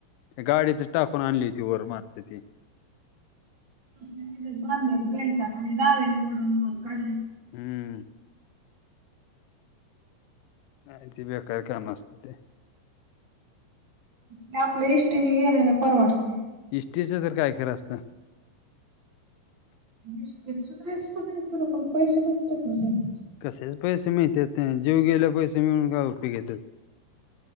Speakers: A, on the left; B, on the right.
A: गाडीतच टाकून आणली होती वर माणसं ती.
B: कसल्या हेच्यात बांदलेल बेल्टानि, आणि दावेेने वडून वर काडले.
A: हम्म नाही ती बेकार काम असतंय.
B: ते आपल्या इष्टीने गेल्यालं परवडतंय.
A: इष्टीचं तर काय खरं असतं?
B: इष्टीचं नायसतं काय खरं, पण पैसे भेटतात ना त्याचं.
A: कशाचं पैसे मिळतात, जीव गेल्याव पैसे मिळून काय उपेग हाय